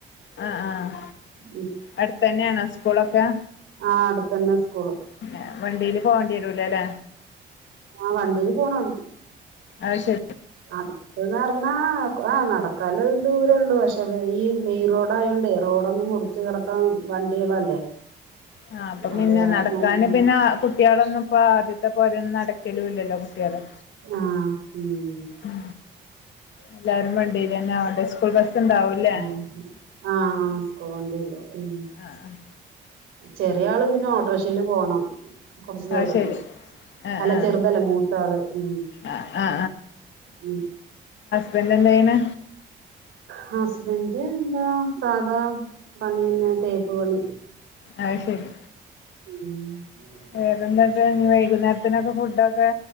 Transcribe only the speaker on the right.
ഉം.
ആ അടുത്തന്നെ സ്കൂള്
ആഹ് വണ്ടിയില് പോണം
അട് അന്ന് പറഞ്ഞാ ആഹ് നടക്കാല ദൂരള്ളൂ പക്ഷെ ഈ മെയിൻ റോഡയോണ്ട് റോഡൊന്നും മുറച്ച് ച് കടക്കാൻ വണ്ടികളല്ലേ
അത് കാരണം
നോ ഉം
ആഹ് ഉം
ഉം. ആഹ്‌ ആഹ്‌. പോണ്ടല്ല ഉ
ചെറിയ ആള് പിന്നെ ഓട്ടോറിക്ഷയില് പോണം കൊറച്ച് ദൂരണ്ട്
അല്ല
ചെറുതല്ല മൂത്താള് ഉം
ഉം.
ഹസ്ബന്റ് എന്താ സാധാ പണിന്നെ തേപ്പ് പണി
ഉം